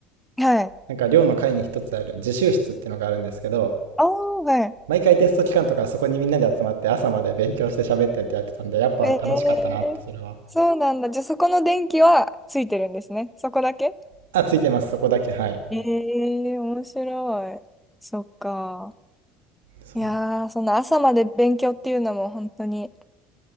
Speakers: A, in the centre; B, on the right.
A: はい。
B: なんか寮の階に一つある自習室っていうのがあるんですけど、
A: あーはい。
B: 毎回テスト期間とかそこにみんなで集まって朝まで勉強して喋ってってやってたんで、やっぱ楽しかったなって、
A: えー、
B: それは。
A: そうなんだ。じゃあそこの電気はついてるんですね。そこだけ
B: あ、ついてます、そこだけ、はい。
A: えー、面白い。そっか。
B: そう。
A: いやー、その朝まで勉強っていうのも本当に